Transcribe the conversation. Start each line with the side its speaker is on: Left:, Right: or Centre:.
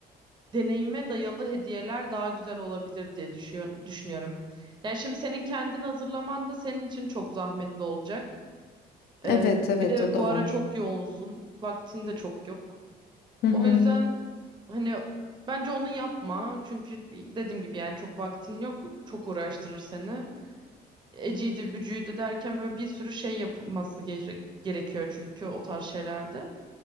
Right: deneyime dayalı hediyeler daha güzel olabilir diye düşüyor, düşünüyorum. Yani şimdi senin kendin hazırlaman da senin için çok zahmetli olacak.
Left: Evet
Right: E,
Left: evet
Right: bir de
Left: o da
Right: bu ara
Left: var.
Right: çok yoğunsun. Vaktin de çok yok.
Left: Hı hı.
Right: O yüzden hani bence onu yapma. Çünkü dediğim gibi yani çok vaktin yok. Çok uğraştırır seni. Eciydi, bücüydü derken böyle bir sürü şey yapılması gere- gerekiyor çünkü o tarz şeylerde.